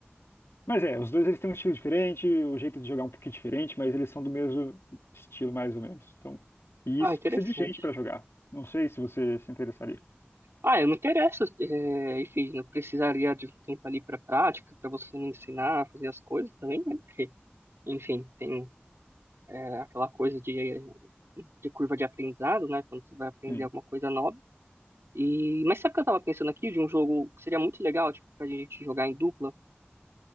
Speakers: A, on the left; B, on the right.
A: Mas é, os dois eles têm um estilo diferente, o jeito de jogar é um pouquinho diferente, mas eles são do mesmo estilo, mais ou menos. Então, e
B: Ah,
A: isso
B: interessante.
A: precisa de gente para jogar. Não sei se você se interessaria.
B: Ah, eu me interesso, é, enfim, eu precisaria de um tempo ali para prática, para você me ensinar a fazer as coisas também, né? Porque, enfim, tem é, aquela coisa de, de curva de aprendizado, né? Quando você vai aprender
A: Sim.
B: alguma coisa nova. E, mas sabe o que eu tava pensando aqui de um jogo que seria muito legal, tipo, pra gente jogar em dupla?